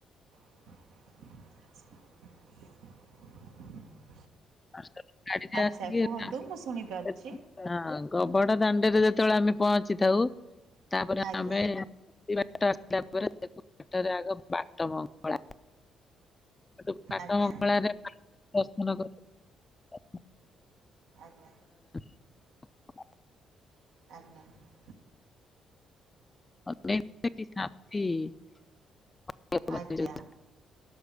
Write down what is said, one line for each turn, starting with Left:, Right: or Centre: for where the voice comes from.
Right: <inaudible>
Left: ପାଞ୍ଚଟା ବେ ଗାଡିରେ
Right: ଆଚ୍ଛା
Left: ଆସିକି
Right: କୁହନ୍ତୁ
Left: <unintelligible>
Right: ମୁଁ ଶୁଣିପାରୁଛି।
Left: କବଡ ଦାଣ୍ଡରେ ଯେତେବେଳେ ଆମେ ପହଞ୍ଚିଥାଉ, ତାପରେ
Right: ଆଜ୍ଞା
Left: ଆମେ <unintelligible> <unintelligible> ଆଗ ବାଟ ମଙ୍ଗଳା। ହେଠୁ ବାଟ
Right: ଆଜ୍ଞା
Left: ମଙ୍ଗଳା ରେ ଦର୍ଶନ କଲୁ।
Right: ଆଜ୍ଞା
Left: <unintelligible>
Right: ଆଜ୍ଞା।
Left: <unintelligible>
Right: ଆଜ୍ଞା ଆଜ୍ଞା